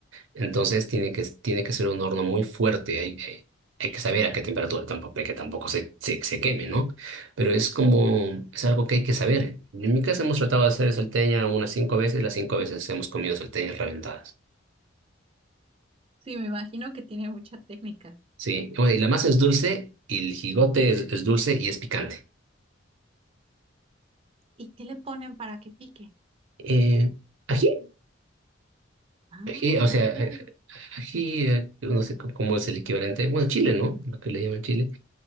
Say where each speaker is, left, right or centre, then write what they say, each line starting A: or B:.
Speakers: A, on the right (about 80°); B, on the right (about 30°).
A: Entonces tiene que, tiene que ser un horno muy fuerte. Hay, hay, hay que saber a qué temperatura tampoco, que tampoco se, se, se queme, ¿no? Pero es como, es algo que hay que saber. En mi casa hemos tratado de hacer salteña unas cinco veces, las cinco veces hemos comido salteñas reventadas.
B: Sí, me imagino que tiene mucha técnica.
A: Sí, bueno, y la masa es dulce, y el jigote es, es dulce y es picante.
B: ¿Y qué le ponen para que pique?
A: Eh, ají,
B: Ah,
A: ají, o sea,
B: ok.
A: eh, ají, eh, no sé c- cómo es el equivalente. Bueno, chile, ¿no? Lo que le llaman chile.